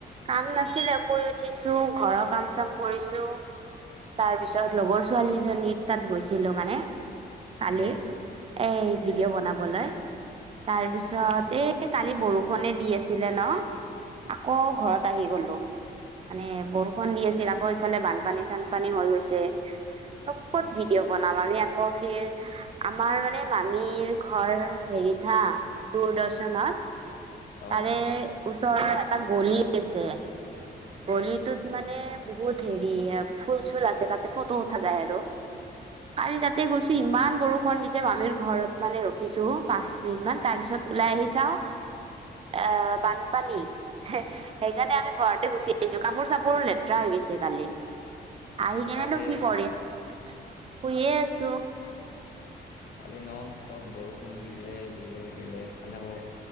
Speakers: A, on the right; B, on the left.
A: কাম নাছিলে, শুই উঠিছো ঘৰৰ কাম চাম কৰিছো। তাৰপিছত লগৰ ছোৱালীজনী তাত গৈছিলো মানে, কালি।
B: উম
A: এই ভিডিঅ' বনাবলৈ। তাৰপিছত, এই কালি বৰষুণে দি আছিলে ন। আকৌ ঘৰত আহি গ'লো। মানে বৰষুণ দি আছিল, আকৌ এইফালে বানপানী চানপানী হৈ গৈছে। ক'ত
B: অ
A: ভিডিঅ' বনাম আমি আকৌ ফিৰ আমাৰ মানে মামীৰ ঘৰ হেৰিত হা, দূৰদৰ্শনত।
B: অ
A: তাৰে ওচৰত এটা গলি আছে। গলিটোত মানে বহুত হেৰি, ফুল চুল আছে, তাতে ফটো উঠা যায় আৰু।
B: <inaudible>
A: কালি তাতে গৈছিলো। ইমান বৰষুণ দিছে, মামীৰ ঘৰত মানে ৰখিছো পাঁচ মিনিট মান, তাৰ পিছত ওলাই আহি চাওঁ আ বানপানী, সেইকাৰণে আমি ঘৰতে গুচি ছো কাপোৰ চাপোৰো লেতেৰা হৈ গৈছে কালি, আহি কিনেনো
B: তাকে
A: কি কৰিম। শুয়ে আছো।
B: কালি নন ষ্টপ বৰষুণ দিলে দিলে, দিলে, কালি আকৌ